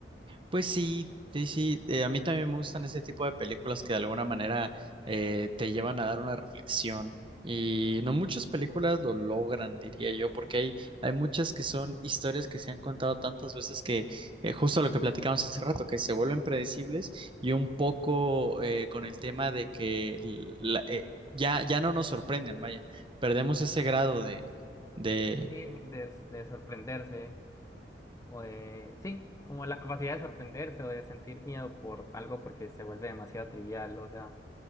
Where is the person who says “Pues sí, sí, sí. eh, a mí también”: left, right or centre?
Right